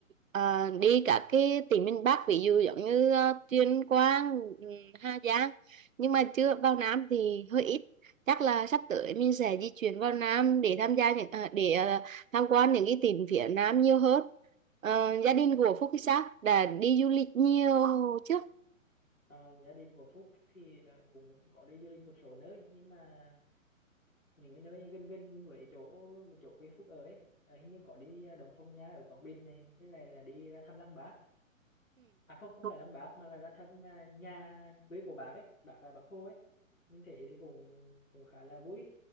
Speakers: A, on the right; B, on the left.
A: à, đi cả cái tỉnh miền Bắc ví dụ giống như à, Tuyên Quang, ừ, Hà Giang. Nhưng mà chưa vào Nam thì hơi ít. Chắc là sắp tới mình sẽ di chuyển vào Nam để tham gia những à, để à, tham quan những cái tỉnh phía Nam nhiều hơn. Ờ, gia đình của Phúc thì sao? Đã đi du lịch nhiều chưa?
B: Ờ, gia đình của Phúc thì à, cũng có đi du lịch một số nơi nhưng mà những cái nơi gần gần với chỗ chỗ quê Phúc ở ấy à, hình như có đi à, Đồng Phong Nha ở Quảng Bình này với lại là đi ra thăm Lăng Bác à không không
A: Ừ.
B: phải Lăng Bác mà là ra thăm à, nhà quê của bác ấy bác là bác Hồ ấy mình thấy thì cũng cũng khá là vui